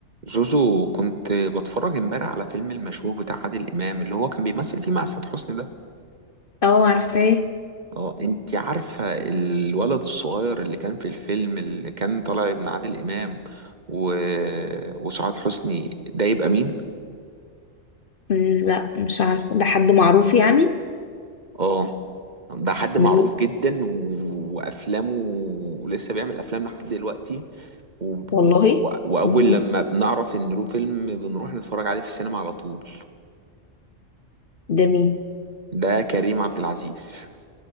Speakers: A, on the right; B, on the left.
A: زوزو كنت بتفرج امبارح على فيلم المشبوه بتاع عادل امام اللي هو كان بيمثل فيه مع سعاد حسني ده
B: اه عارفاه
A: اه انت عارفه الولد الصغير اللي كان في الفيلم اللي كان طالع ابن عادل امام و... وسعاد حسني ده يبقى مين
B: مم، لا مش عارفه ده حد معروف يعني
A: اه ده حد
B: مين
A: معروف جدا و- وافلامه ولسه بيعمل افلام لحد دلوقتي و...
B: والله
A: و... واول
B: مين
A: لما بنعرف ان له فيلم بنروح نتفرج عليه في السينما على طول
B: ده مين
A: ده كريم عبد العزيز